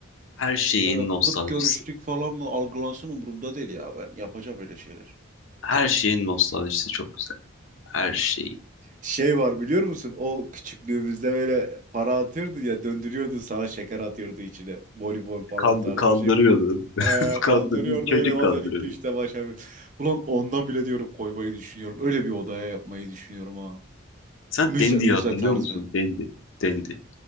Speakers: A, on the left; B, on the right.
A: Her şeyin
B: böyle
A: nostaljisi.
B: kıt görüşlük falan mı algılansın umurumda değil ya ben yapacağım öyle şeyler.
A: Her şeyin nostaljisi çok güzel. Her şeyi.
B: Şey var biliyor musun? O küçüklüğümüzde böyle para atıyordu ya döndürüyordu sana şeker atıyordu içine. Bonibon falan
A: Kandı,
B: tarzı
A: kandırıyordu.
B: bir şey var.
A: <laughs>
B: Ee,
A: Kandı,
B: kandırıyordu
A: çocuk
B: öyle bazen
A: kandırıyordu.
B: 2-3 de başa bir. Ulan ondan bile diyorum koymayı düşünüyorum. Öyle bir odaya yapmayı düşünüyorum ha.
A: Sen
B: Müze,
A: Dendi'yi
B: müze
A: hatırlıyor
B: tarzı.
A: musun? Dendi. Dendi.